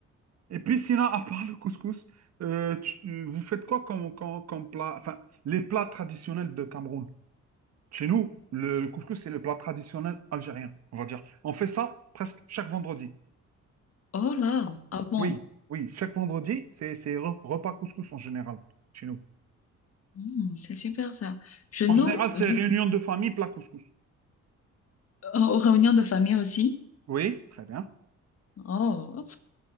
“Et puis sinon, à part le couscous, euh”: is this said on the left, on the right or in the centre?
Right